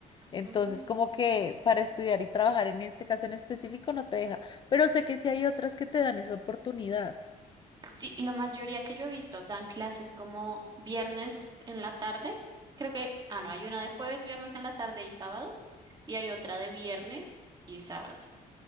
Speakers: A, on the left (about 35°); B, on the right (about 30°).
A: Entonces,
B: Ah, mira.
A: como que para estudiar y trabajar en este caso en específico no te deja. Pero sé que sí hay otras que te dan esa oportunidad.
B: Sí, la mayoría que yo he visto dan clases como viernes en la tarde. Creo que, ah, no, hay una de jueves, viernes en la tarde y sábados, y hay otra de viernes y sábados.